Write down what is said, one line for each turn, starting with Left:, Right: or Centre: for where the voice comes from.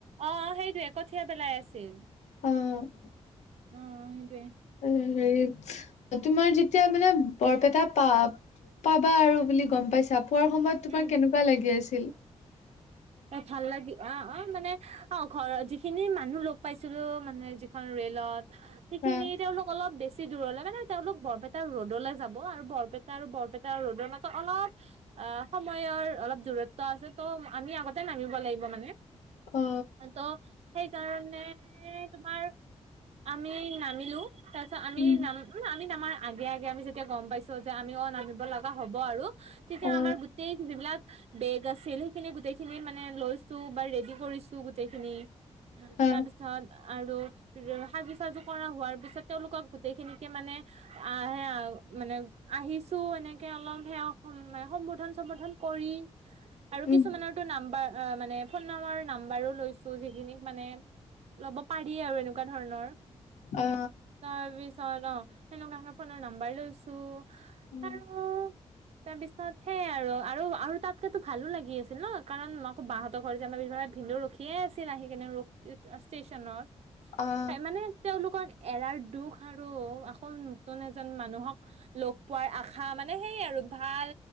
Right: অ', সেইটোৱে কঠিয়া পেলাই আছিল।
Left: অ'।
Right: অ', সেইটোৱে
Left: হেৰি তোমাৰ যেতিয়া মানে বৰপেটা পা-পাবা আৰু বুলি গম পাইছা পোৱাৰ সময়ত তোমাৰ
Right: উম
Left: কেনেকুৱা লাগি আছি ছিল
Right: এ, ভাল, লাগি অ' অ', মানে অ', ঘৰ যিখিনি মানুহ লগ পাইছিলোঁ, মানে যিখন ৰে'লত সেইখিনি
Left: হা
Right: তেওঁলোক অলপ বে বেছি দূৰলে মানে তেওঁলোক বৰপেটাৰ ৰডলে যাব, আৰু বৰপেটা আৰু বৰপেটা ৰডৰ মাজত অলপ অ', সময়ৰ অলপ দূৰত্ব আছে ত' আমি আগতে তে, নামিব লাগিব মানে।
Left: অ
Right: ত' সেইকাৰণে তোমাৰ আমি নামিলো তাৰপিছত আমি
Left: উম
Right: না <unintelligible> আমি নামাৰ আগে, আগে আমি যেতিয়া গম পাইছোঁ যে, আমিও নামিব লগা হ'ব আৰু তেতিয়া
Left: অ
Right: আমাৰ গোটেই যিবিলাক বেগ আছিল, সেইখিনি গোটেই খিনি মানে লৈছোঁ, বা ৰেডি কৰিছোঁ গোটেইখিনি।
Left: অ
Right: তাৰপিছত আৰু সাজু চাজু কৰা হোৱাৰ পিছত তেওঁলোকক গোটেইখিনিতে মানে আহ সেয়া মানে আহিছো এনেকে অলপ সেয়া সম্বন্ধন সম্বোধন কৰি আৰু
Left: উম
Right: কিছুমানৰ মানে ফোন নামৰ নাম্বাৰো লৈছো যিখিনিক মানে ল'ব পাৰি আৰু এনেকুৱা ধৰণৰ।
Left: অ
Right: তাৰপিছত অঁ। সেনেকোৱা ফোনৰ নাম্বাৰ লৈছো।
Left: উম,
Right: আৰু তাৰপিছত সেইয়াই আৰু আৰু তাতকেতো ভালো লাগি আছিল ন। কাৰণ নকবা বাহতৰ ঘৰ যে আমাৰ বি ভিনদেউ ৰখিয়ে আছিল আহিকিনে ৰখ ষ্টেচনত।
Left: অ
Right: সে মানে তেওঁলোকক এৰাৰ দুখ আৰু আকৌ নতুন এজন মানুহক লগ পোৱাৰ আশা মানে সেই আৰু ভাল